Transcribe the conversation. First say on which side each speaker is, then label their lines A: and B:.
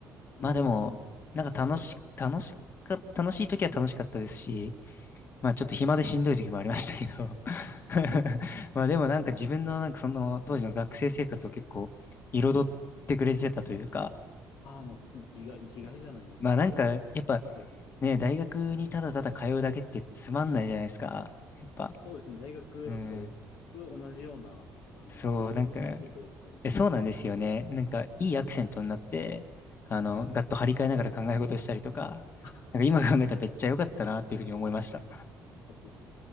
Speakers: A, on the left; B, on the left.
A: ーん、
B: まあでも、なんか楽し、
A: 楽しければ、
B: 楽しか、
A: あの
B: 楽しい時は楽しかったですし、まあちょっと暇でしんどい時もありましたけど、
A: <laughs> そう
B: <laughs> まあでもなんか自分のなんかその当時の学生生活を結構彩ってくれてたというか、
A: ああ、まあ、生きがい、生きがいじゃないですけど、
B: まあなんかやっぱ
A: ですよね。
B: ね、大学にただただ通うだけってつまんないじゃないですか。やっぱ。
A: そうですね、大学だと結局同じような、
B: うん。
A: あの、
B: そう、
A: マンネリ化するというかですね、
B: なんか、え、そうなんですよね。なんか、いいアクセントになって、あの、
A: はい。
B: ガッと張り替えながら考え事したりとか、
A: <laughs>
B: なんか今考えたらめっちゃ良かったなっていうふうに思いました。
A: はいそうです